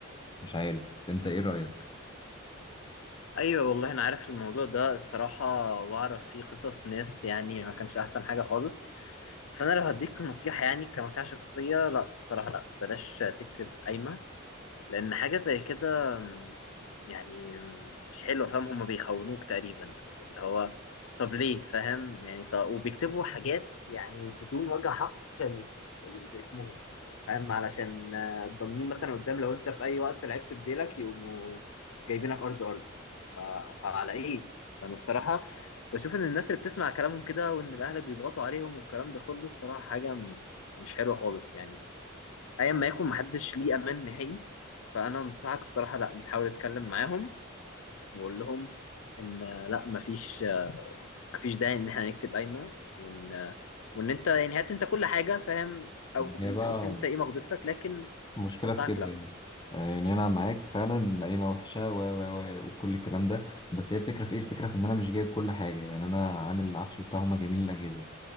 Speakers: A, on the left; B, on the left.
A: مش عارف انت ايه رايك
B: ايوه والله انا عارف الموضوع ده الصراحه واعرف فيه قصص ناس يعني ما كانش احسن حاجه خالص فانا لو هديك نصيحه يعني كنصيحه شخصيه لا الصراحه لا بلاش تكتب قايمه لأن حاجة زي كده م، يعني م، مش حلوة فاهم هما بيخونوك تقريبا أو اللي هو طب ليه فاهم يعني طب وبيكتبوا حاجات يعني بدون وجه حق ال... ال... باسمهم فاهم علشان آه، ضامنين مثلا قدام لو أنت في أي وقت لعبت بديلك يقوموا جايبينك أرض أرض ف... فعلى إيه؟ فأنا الصراحة بشوف إن الناس اللي بتسمع كلامهم كده وإن الأهل بيضغطوا عليهم والكلام ده كله الصراحة حاجة م- مش حلوة خالص يعني ايا ما يكون محدش ليه امان نهائي فانا انصحك الصراحه لا انت حاول تتكلم معاهم وقول لهم ان آه، لا مفيش آه، مفيش داعي ان احنا نكتب قايمه وان آه، وان انت يعني هات انت كل حاجه فاهم او
A: هي بقى
B: شوف انت ايه مقدرتك لكن
A: المشكلة
B: انصحك
A: في كده
B: لا
A: يعني آه، يعني أنا معاك فعلا القايمة وحشة و و و وكل الكلام ده بس هي الفكرة في إيه؟ الفكرة في إن أنا مش جايب كل حاجة يعني أنا عامل العفش بتاع هما جايبين الأجهزة